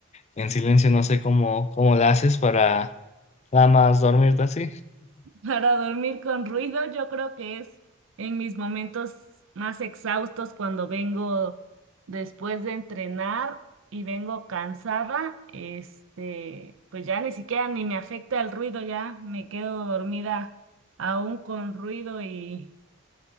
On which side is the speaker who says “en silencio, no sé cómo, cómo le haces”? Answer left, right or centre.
Left